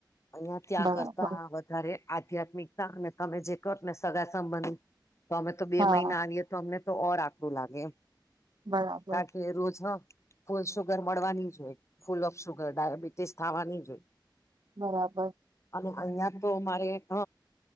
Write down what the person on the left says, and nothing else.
અહિયાં ત્યાં
કરતા વધારે આધ્યાત્મિકતા અને તમે જે કર ને સગા સંબંધ તો અમે તો બે
મહિના અમને તો ઓર આકડું લાગે
<unintelligible> સુગર મળવાની જ હોય ફૂલ ઓફ સુગર ડાયાબિટીસ થવા ની જોઈએ
અને અહિયાં તો મારે હ